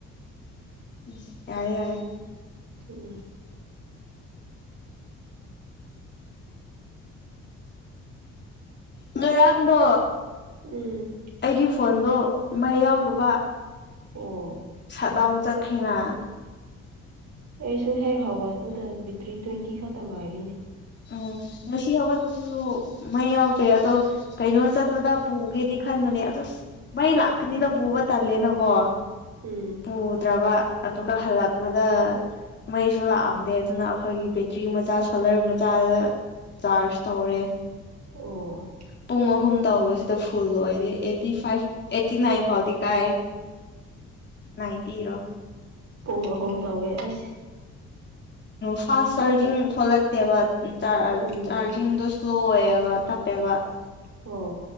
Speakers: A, on the left (about 35°); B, on the right (about 60°).
A: ꯎꯝ ꯌꯥꯔꯦ ꯌꯥꯔꯦ
B: ꯎꯝ
A: ꯉꯔꯥꯡꯗꯣ
B: ꯎꯝ
A: ꯑꯩꯒꯤ ꯐꯣꯟꯗꯣ ꯃꯩ ꯌꯥꯎꯗꯕ
B: ꯑꯣ
A: ꯁꯠꯗꯥꯎꯟ ꯆ ꯈꯦꯅꯥ
B: ꯑꯩꯁꯨ ꯍꯦꯛ ꯍꯧꯒꯠꯄꯗ ꯕꯦꯇ꯭ꯔꯤ ꯇ꯭ꯋꯦꯟꯇꯤ ꯈꯛꯇꯪ ꯉꯥꯏꯔꯤꯅꯦ
A: ꯎꯝ ꯉꯁꯤ ꯍꯧꯒꯠꯄꯗꯁꯨ ꯃꯩ ꯌꯥꯎꯗ꯭ꯔꯦ ꯑꯗꯣ ꯀꯩꯅꯣ ꯆꯠꯄꯗ ꯄꯨꯒꯦꯗꯤ ꯈꯟꯕꯅꯦ ꯑꯗꯨ ꯃꯩ ꯂꯥꯛꯀꯅꯤꯗ ꯄꯨꯕ ꯇꯜꯂꯦꯅꯀꯣ
B: ꯎꯝ
A: ꯄꯨꯗ꯭ꯔꯕ ꯑꯗꯨꯒ ꯍꯜꯂꯛꯄꯗ ꯃꯩꯁꯨ ꯂꯥꯛꯑꯝꯗꯦ ꯑꯗꯨꯅ ꯑꯩꯈꯣꯏꯒꯤ ꯕꯦꯇ꯭ꯔꯤ ꯃꯆꯥ ꯁꯣꯂꯔ ꯃꯆꯥ ꯆꯥꯗꯗ ꯆꯥꯔꯖ ꯇꯧꯔꯦ
B: ꯑꯣ
A: ꯄꯨꯡ ꯑꯍꯨꯝ ꯇꯧꯕꯁꯤꯗ ꯐꯨꯜ ꯑꯣꯏꯔꯦ ꯑꯩꯠꯇꯤ ꯐꯥꯏꯚ ꯑꯦꯠꯇꯤ ꯅꯥꯏꯟ ꯐꯥꯎꯗꯤ ꯀꯥꯏ ꯅꯥꯏꯟꯇꯤꯔꯣ
B: ꯄꯨꯡ ꯑꯍꯨꯝ ꯇꯧꯋꯦ ꯑꯁ
A: ꯐꯥꯁ ꯆꯥꯔꯖꯤꯡ ꯊꯣꯂꯛꯇꯦꯕ
B: ꯎꯝ
A: ꯆꯥꯔꯖꯤꯡꯗꯣ ꯁ꯭ꯂꯣ ꯑꯣꯏꯌꯦꯕ <unintelligible>
B: ꯑꯣ